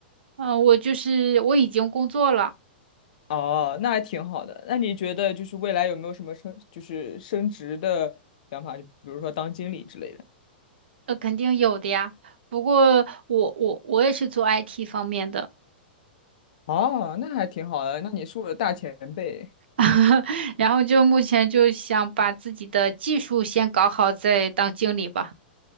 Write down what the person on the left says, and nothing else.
哦，那还挺好的。那你觉得就是未来有没有什么升就是升职的想法？就比如说当经理之类的。
哦，那还挺好的。那你是我的大前辈。